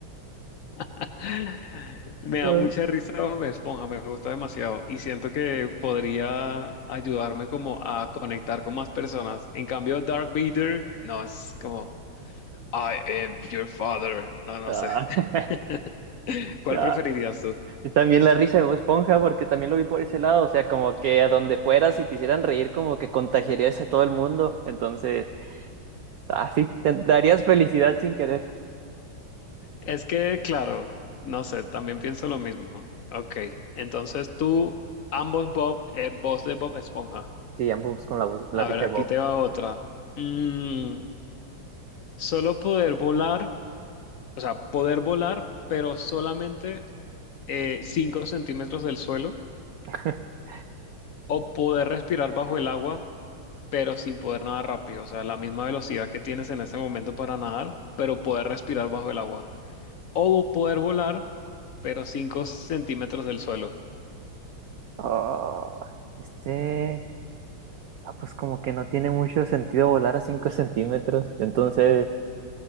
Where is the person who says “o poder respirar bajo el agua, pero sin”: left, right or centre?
Left